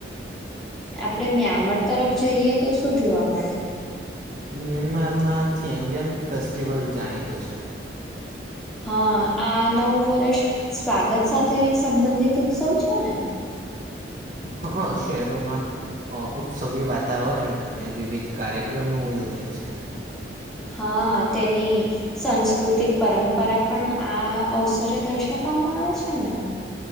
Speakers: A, in the centre; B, on the right (about 45°).
A: આપણેે મ્યામર તરફ જઈએ તો શું જોવા મળે.
B: મ્યાનમારમાં થિયાંગન ફેસ્ટિવલ જાણીતો છે.
A: હા આ નવું વર્ષ સ્વાગત સાથે સંબંધિત ઉત્સવ છે ને
B: હા શહેરોમાં ઉત્સવી વાતાવરણ અને વિવિધ કાર્યક્રમો યોજાય છે.
A: હા. તેની સાંસ્કૃતિક પરંપરા પણ આ અવસરે દર્શાવવામાં આવે છે ને